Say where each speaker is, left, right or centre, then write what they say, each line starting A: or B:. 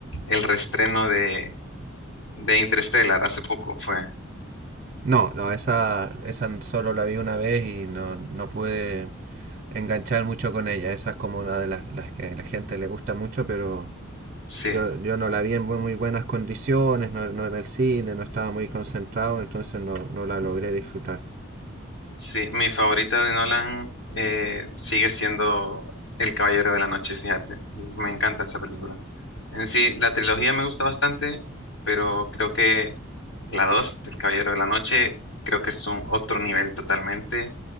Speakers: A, on the left; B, on the right.
A: el reestreno de, de Interstellar hace poco? Fue.
B: No, no, esa, esa solo la vi una vez y no, no pude enganchar mucho con ella. Esa es como una de las, las que a la gente le gusta mucho, pero
A: Sí.
B: yo, yo no la vi en muy, muy buenas condiciones, no, no, era el cine, no estaba muy concentrado, entonces no, no la logré disfrutar.
A: Sí. Mi favorita de Nolan eh, sigue siendo El Caballero de la Noche, fíjate. Me encanta esa película. En sí, la trilogía me gusta bastante, pero creo que la 2, El Caballero de la Noche, creo que es un otro nivel totalmente.